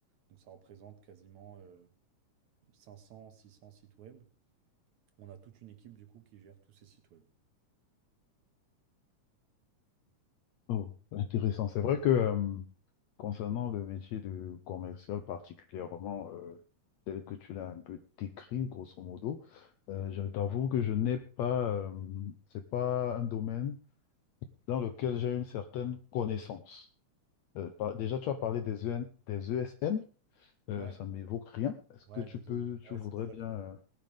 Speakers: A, on the right (about 65°); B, on the left (about 70°).
A: Donc ça représente quasiment euh, cinq cents, six cents sites web. On a toute une équipe du coup qui gère tous ces sites web.
B: Oh, intéressant. C'est vrai que euh, concernant le métier de commercial particulièrement, euh, tel que tu l'as un peu décrit, grosso modo, euh, je t'avoue que je n'ai pas, euh, c'est pas un domaine dans lequel j'ai une certaine connaissance. Euh, par- déjà, tu as parlé des EN des ESN, euh,
A: Ouais,
B: ça ne m'évoque rien. Est-ce
A: ouais,
B: que tu
A: désolé.
B: peux,
A: Ouais,
B: tu voudrais
A: c'est des acronymes.
B: bien... euh,